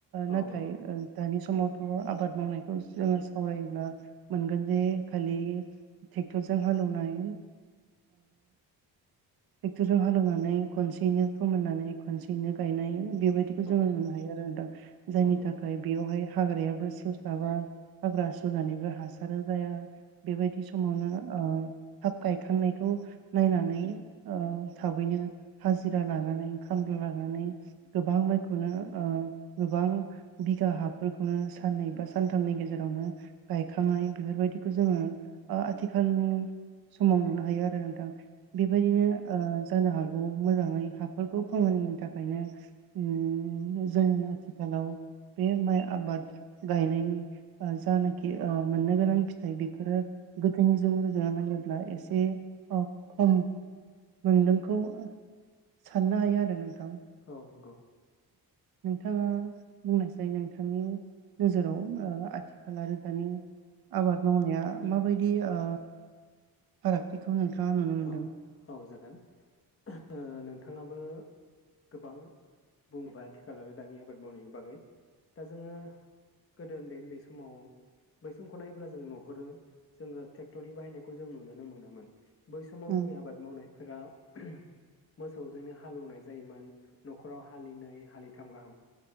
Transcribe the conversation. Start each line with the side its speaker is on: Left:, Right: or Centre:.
Right: नाथाय
Left: औ नंगौ
Right: ओ दानि समावथ' आबाद मावनायखौ जोङो सावरायोब्ला मोनगोन जे खालि ट्रेक्टरजों हालौनाय ट्रेक्ट'राव हालेवनानै खनसेनो फोमोननानै खनसेयैनो गायनाय। बेबायदिखौ जोङो
Left: औ
Right: नुनो हायो आरो न दां जायनि
Left: औ नंगौ औ नंगौ
Right: थाखाय बेवहाय हाग्रायाबो सिवस्लाबा हाग्रा सुनानैबो हासार जाया। बेबायदि समावनो ओ थाब गायखांनायखौ नायनानै ओ थाबैनो हाजिरा लानानै खामला लानानै गोबां माइखौनो ओ गोबां बिघा हाफोरखौनो साननै बा सानथामनि गेजेरावनो गायखांनाय बेफोरबायदिखौ जोङो ओ आथिखालनि समाव नुनो हायो आरो नोंथां बेबायदिनो ओ जानो हागौ मोजाङै हाफोरखौ फोरमोनैनि थाखायनो ओम जोंनि आथिखालाव बे माइ आबाद गायनायनि जानाखि मोननो गोनां फिथाइ बेफोरो गोदोनिजों रुजुना नायोब्ला ब्ला एसे खम मोनदोंखौ साननो हायो आरो नोंथां।
Left: औ नंगौ।
Right: नोंथाङा बुंनायसाय नोंथांनि नोजोराव ओ आथिखाल आरो दानि आबाद मावनाया माबायदि ओ फारागथिखौ नोंथाङा नुनो मोन्दों।
Left: औ औ जागोन ओ नोंथाङाबो गोबां बुंबोबाय आथिखाल आरो दानि आबाद मावनायनि बागै। दा जोङो गोदो उन्दै उन्दै समाव बै समखौ नायोब्ला जों नुहुरो जोङो ट्रेक्टरनि बाहायनायखौ जों नुुनोनो मोनामोन। बै समाव
Right: उम
Left: जोंनि आबाद मावनायफोरा ओहोम मोसौजोंनो हालौएवनाय जायोमोन न'खराव हालिनै हालिथाम गाहाम।